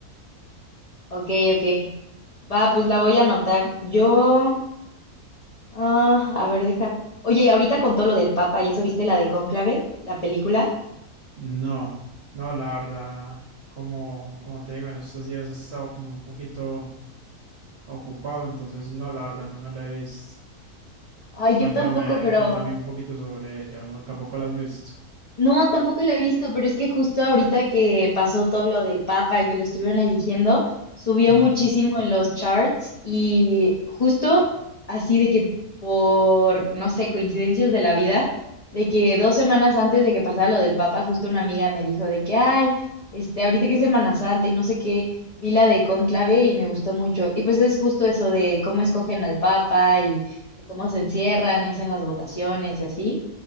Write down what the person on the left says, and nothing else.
Ok, ok. Va, pues la voy a anotar. Yo, ah, a ver, deja. Oye, ahorita con todo lo del Papa y eso, ¿viste la de Cónclave, la película?
Ay,
yo tampoco, pero
No, tampoco la he visto, pero es que justo ahorita que pasó todo lo del Papa y que lo estuvieron eligiendo, subió
muchísimo en los charts y justo así de que por, no sé, coincidencias de la vida, de que dos semanas antes de que pasara lo del Papa, justo una amiga me dijo de que, ay, este, ahorita que es Semana Santa y no sé qué, vi la de Cónclave y me gustó mucho. Y pues es justo eso de cómo escogen al Papa y de cómo se encierran y hacen las votaciones y así.